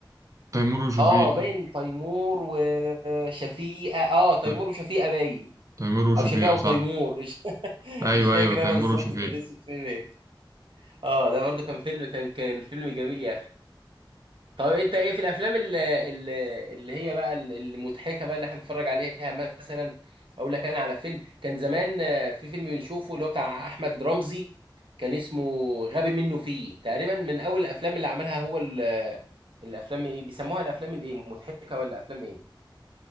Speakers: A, on the right (about 40°); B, on the right (about 85°).
A: تيمور وشفيق
B: اه باين تيمور وشفيقة اه تيمور
A: لا،
B: وشفيقة باين
A: تيمور وشفيق
B: او شفيقة
A: آه،
B: وتيمور
A: صح
B: <laughs>
A: ايوه
B: مش فاكر
A: ايوه تيمور
B: انا بالظبط
A: وشفيق
B: كان اسم الفيلم ايه اه ده برضو كان فيلم كان كان فيلم جميل يا اخي طب انت ايه في الافلام اللي, اللي, اللي هي بقى ال- المضحكه بقى اللي احنا بنتفرج عليها مثلا اقول لك انا على فيلم كان زمان آه، في فيلم بنشوفه اللي هو بتاع احمد رمزي كان اسمه غبي منه فيه تقريبا من اول الافلام اللي عملها هو ال- آه، الافلام ايه بيسموها الافلام الايه مضحكه ولا افلام ايه